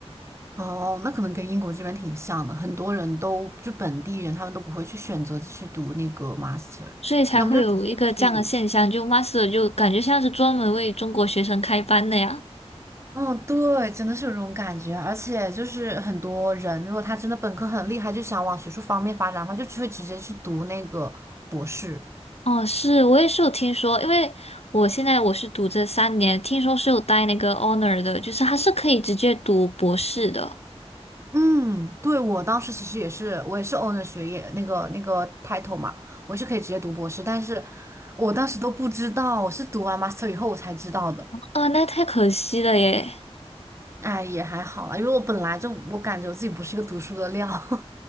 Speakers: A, on the right; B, on the left.
A: 哦，那可能跟英国这边挺像的，很多人都就本地人，他们都不会去选择去读那个 master，
B: 所以才会有一个这样的现象，
A: 要么就直接去。
B: 就 Master 就感觉像是专门为中国学生开班的呀。
A: 嗯，对，真的是有这种感觉，而且就是很多人，如果他真的本科很厉害，就想往学术方面发展的话，就只会直接去读那个博士。
B: 哦，是，我也是有听说，因为我现在我是读这三年，听说是有带那个 honor 的，就是他是可以直接读博士的。
A: 嗯，对，我当时其实也是，我也是 o w n o r 学业那个那个 title 嘛，我是可以直接读博士，但是我当时都不知道，我是读完 master 以后我才知道的。
B: 呃，那太可惜了耶。
A: 哎，也还好啦，因为我本来就我感觉我自己不是一个读书的料。<laughs>